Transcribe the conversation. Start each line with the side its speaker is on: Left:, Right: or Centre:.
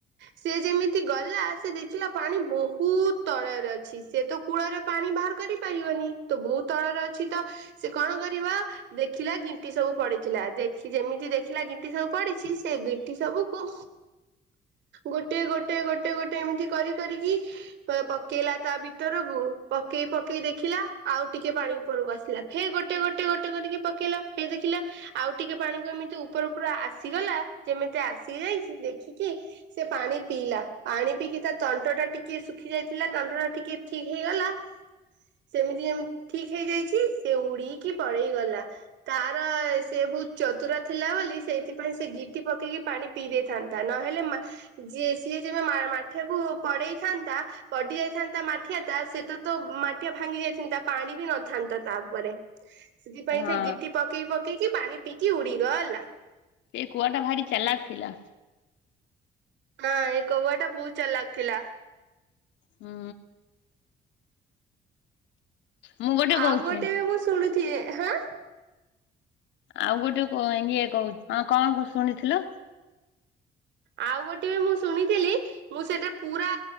Right: ସେ ଯେମିତି ଗଲା ସେ ଦେଖ ଦେଖିଲା ପାଣି ବହୁତ ତଳରେ ଅଛି ସେ ତ କୂଳରେ ପାଣି ବାହାର କରିପାରିବନି। ତ ବହୁ ତଳରେ ଅଛି ତ ସେ କଣ କରିବା ଦେଖିଲା ଗିଣ୍ଟି ସବୁ ପଡିଥିଲା ଦେଖି ଯେମିତି ଦେଖ ଖିଲା ଗିଟି ସବୁ ପଡିଛି ସେ ଗିଟି ସବୁକୁ ଗୋଟେ ଗୋଟେ ଗୋଟେ ଗୋଟେ ଏମିତି କରି କରିକି। ପକେଇଲା ତା ଭିତରକୁ ପକେଇ ପକେଇ ଦେଖିଲା ଆଉ ଟିକେ ପାଣି ଉପରକୁ ଆସିଲା। ଫେ ଗୋଟେ ଗୋଟେ ଗୋଟେ କରିକି ପକେଇଲା ଫେ ଦେଖିଲା ଆଉ ଟିକେ ପାଣି କେମିତି ଉପ ଉପର ପୁରା ଆସିଗଲା ଯେମିତି ଆସି ଯାଇଛି ଦେଖିକି ସେ ପାଣି ପିଇଲା ପାଣି ପିଇକି ତା ତଣ୍ଟ ଟା ଟିକେ ଶୁଖି ଯାଇଥିଲା ତଣ୍ଟଟା ଟିକେ ଠିକ ହେଇଗଲା। ସେମିତି ଯେମ ଠିକ ହେଇଯାଇଚି ସେ ଉଡିକି ପଳେଇ ଗଲା। ତାର ସେ ବହୁତ ଚତୁର ଥିଲା ବୋଲି ସେଇଥିପାଇଁ ସେ ଗିଟି ପକେଇକି ପାଣି ପିଇ ଦେଇଥା ନ୍ତା। ନହେଲେ ମା ଯିଏ ସିଏ ଯେବେ ମାଠିଆକୁ କଡେଇଥାନ୍ତା ପଡି ଯାଇଥାନ୍ତା ମାଠିଆଟା ସେତତୋ ମାଠିଆ ଭାଙ୍ଗିଯାଇ ଥାନ୍ତା ପାଣିବି ନଥାନ୍ତା ତାଉପରେ ସେଥିପାଇଁ
Left: ହଁ
Right: ସେ ଗିଟି ପକ ଟି ପକେଇକି ପାଣି ପିଇକି ଉଡିଗଲା।
Left: ସେ କୁଆଟା ଭାରି ଚଲାକ ଥିଲା।
Right: ହଁ ଏଇ କୋଉଆଟା ବହୁତ ଚାଲାକ ଥିଲା
Left: ହୁଁ। ମୁଁ ଗୋଟେ
Right: ଆଉ
Left: କହୁଛି।
Right: ଗୋଟେବି ମୁଁ ଶୁଣୁଚି ହାଁ।
Left: ଆଉ ଗୋଟେ ଇଏ କହୁଚି ହଁ କଣ ଶୁଣିଥିଲ?
Right: ଆଉ ଗୋଟିଏ ମୁଁ ଶୁଣିଥିଲି ମୁଁ ସେଟା ପୁରା